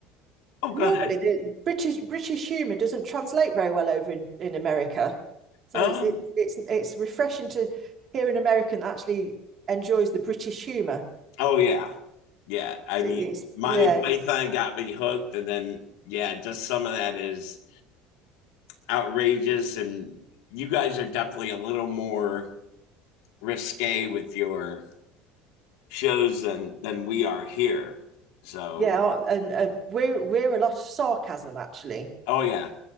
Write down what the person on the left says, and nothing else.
oh
go ahead.
Um
oh yeah. Yeah, I mean,
Monty
Python got me hooked, and then yeah, just some of that is outrageous, and you guys are definitely a little more risque with your shows than than we are here. So,
oh yeah,